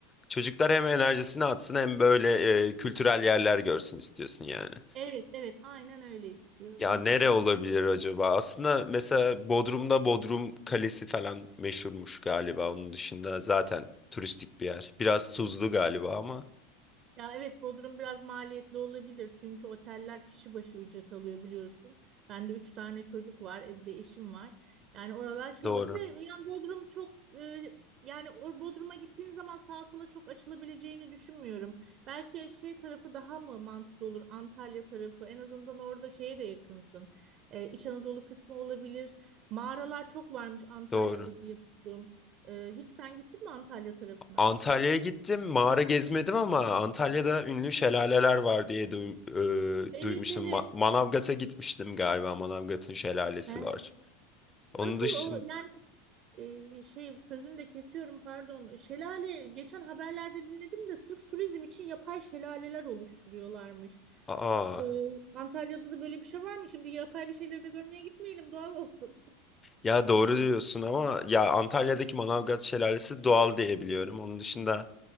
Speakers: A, on the left (about 20°); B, on the right (about 50°).
A: çocuklar hem enerjisini atsın hem böyle e, kültürel yerler görsün istiyorsun yani.
B: Evet, evet, aynen öyle istiyorum.
A: Ya nere olabilir acaba? Aslında mesela Bodrum'da Bodrum Kalesi falan meşhurmuş galiba. Onun dışında zaten turistik bir yer. Biraz tuzlu galiba ama
B: Ya evet Bodrum biraz maliyetli olabilir çünkü oteller kişi başı ücret alıyor biliyorsun. Ben de üç tane çocuk var, e, bir de eşim var. Yani oralar şey
A: doğru.
B: olur. Bir de yani Bodrum çok e, yani o Bodrum'a gittiğin zaman sağa sola çok açılabileceğini düşünmüyorum. Belki şey tarafı daha mı mantıklı olur? Antalya tarafı. En azından orada şeye de yakınsın. E, İç Anadolu kısmı olabilir. Mağaralar çok varmış Antalya'da
A: Doğru.
B: diye duydum. E, hiç sen gittin mi Antalya tarafına?
A: Antalya'ya gittim. Mağara gezmedim ama Antalya'da ünlü şelaleler var diye duym-
B: Evet
A: e, duymuştum.
B: evet.
A: Ma- Manavgat'a gitmiştim galiba. Manavgat'ın şelalesi
B: He.
A: var. Onun
B: Nasıl
A: dışında
B: o yani e, şey sözünü de kesiyorum pardon. Şelale geçen haberlerde dinledim de sırf turizm için yapay şelaleler oluşturuyorlarmış.
A: aa
B: E, Antalya'da da böyle bir şey var mı? Şimdi yapay bir şeyleri de görmeye gitmeyelim doğal olsun.
A: ya doğru diyorsun ama ya Antalya'daki Manavgat şelalesi doğal diye biliyorum. Onun dışında